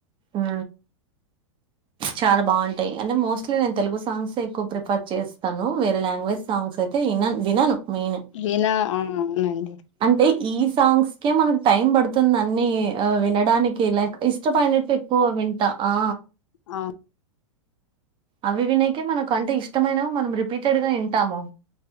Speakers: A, on the right; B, on the left.
A: ఆ చాలా బాగుంటాయి అంటే మోస్ట్లీ నేను తెలుగు సాంగ్స్ ఏ ఎక్కువ ప్రిఫర్ చేస్తాను వేరే లాంగ్వేజ్ సాంగ్స్ అయితే ఇన వినను మెయిన్
B: వినా ఆ అవునండి
A: అంటే ఈ సాంగ్స్కే మనకు టైం పడుతుంది అన్ని ఆ వినడానికి హీలక్ ఇష్ట పడినట్టు ఎక్కువ వింటా ఆ
B: ఆవును
A: అవి వినకే మనకు అంటే ఇష్టమైన మనం రిపీటెడ్ గా వింటాము